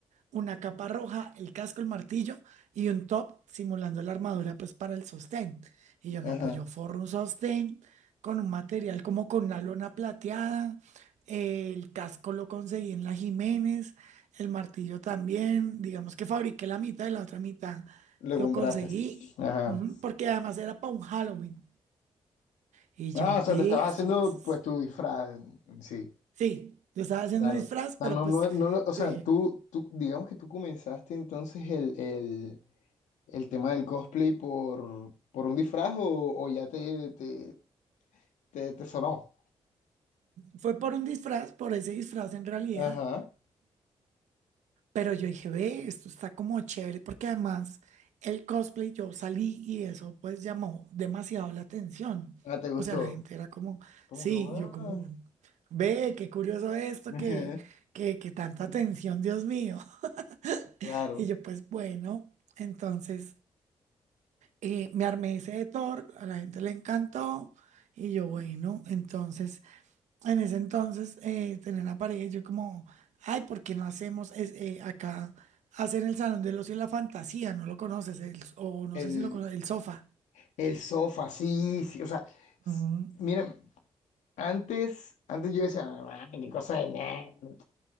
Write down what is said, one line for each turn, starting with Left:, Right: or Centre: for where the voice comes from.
Right: una capa roja, el casco, el martillo y un top simulando la armadura pues para el sostén. Y yo
Left: ajá.
Right: no, pues yo forro un sostén con un material como con una lona plateada, eh, el casco lo conseguí en la Jiménez, el martillo también, digamos que fabriqué la mitad y la otra mitad
Left: Lo
Right: lo
Left: compraste.
Right: conseguí,
Left: Ajá.
Right: ujú, porque además era para un Halloween. Y
Left: Ah,
Right: yo vi,
Left: o sea, te estabas
Right: esto
Left: haciendo
Right: es-
Left: pues tu disfraz. Sí.
Right: sí, yo estaba haciendo
Left: Claro.
Right: un disfraz, pero
Left: O sea, no,
Right: pues
Left: no, no, lo- o sea,
Right: yo dije,
Left: tú, tú, digamos que tú comenzaste entonces el, el, el tema del cosplay por, por un disfraz o, o ya te, te, te, te sonó.
Right: fue por un disfraz, por ese disfraz en realidad
Left: Ajá.
Right: Pero yo dije, ve, esto está como chévere, porque además el cosplay, yo salí y eso pues llamó demasiado la atención.
Left: Ah, te gustó.
Right: O sea, la gente era como,
Left: Como
Right: sí,
Left: que, wow.
Right: yo
Left: Ajá,
Right: como, ve, qué curioso esto,
Left: <laughs>
Right: que, que, que tanta atención, Dios mío. <laughs>
Left: Claro.
Right: Y yo pues bueno, entonces eh, me armé ese de Thor, a la gente le encantó. Y yo, bueno, entonces en ese entonces eh, tenía una pareja y yo como, ay, ¿por qué no hacemos es- eh, acá, hacen el Salón del Ocio y la Fantasía, no lo conoces, el- o no
Left: El,
Right: sé si lo conoces, el sofá.
Left: el sofá, sí, sí. O sea, s-
Right: Ujú.
Left: mira, antes, antes yo decía, "Ah, qué cosa de nerd".